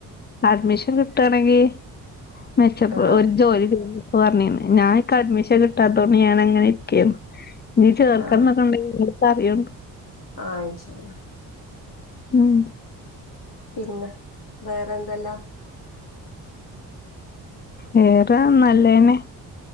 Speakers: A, on the left (about 25°); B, on the left (about 55°).
A: അഡ്മിഷൻ കിട്ടുകയാണെങ്കി മെച്ചപ്പോ
B: ആ
A: ഒരു ജോലി ചെയ പറഞ്ഞിന്ന് ഞാൻക്ക അഡ്മിഷൻ കിട്ടാത്തതോണ്ട് ഞാൻ അങ്ങനെ നിക്കെര്ന്നു ഇനി ചേർക്കണന്നൊക്കെണ്ട്
B: ആ
A: എന്നോട് പറയേണ്ടി
B: ആഹ് ഇൻശാഅല്ലാഹ്
A: ഉം
B: പിന്നെ വേറെന്തെല്ലാ
A: വേറെ നല്ലേന്നെ